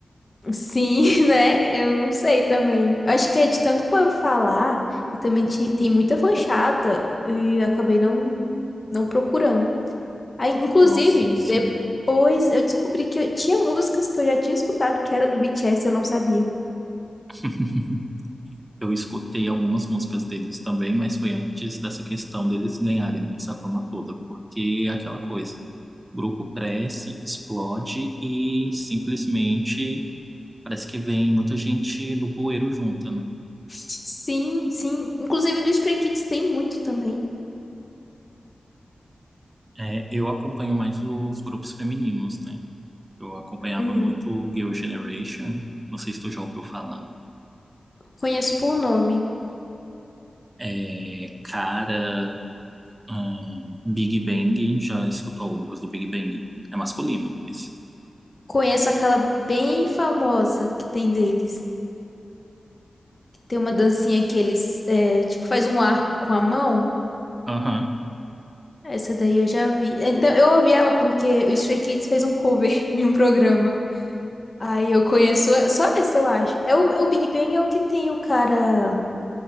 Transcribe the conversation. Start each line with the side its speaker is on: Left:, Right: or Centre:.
Left: Sim, <laughs> né? Eu não sei também. Acho que é de tanto povo falar e também ti- tem muita fã chata e eu acabei não não procurando. Aí, inclusive,
Right: Nossa, assim,
Left: depois eu descobri que eu tinha músicas que eu já tinha escutado que era do BTS e eu não sabia.
Right: <laughs> eu escutei algumas músicas deles também, mas foi antes dessa questão deles ganharem né, essa fama toda, porque é aquela coisa. Grupo cresce, explode e simplesmente Parece que vem muita gente do bueiro junta, né?
Left: Sim, sim. Inclusive do Stray Kids tem muito também.
Right: É, eu acompanho mais os grupos femininos, né? Eu acompanhava
Left: Uhum.
Right: muito Girl Generation, não sei se tu já ouviu falar.
Left: Conheço por nome.
Right: É, Cara, ahn, Big Bang, já escutou alguma coisa do Big Bang? É masculino, esse.
Left: Conheço aquela bem famosa que tem deles. Tem uma dancinha que eles, é, tipo, faz um arco com a mão.
Right: Aham.
Left: Essa daí eu já vi. Então, eu ouvi ela porque o Stray Kids fez um cover <laughs> em um programa. Aí eu conheço é- só essa, eu acho. É o, é o Big Bang é o que tem o cara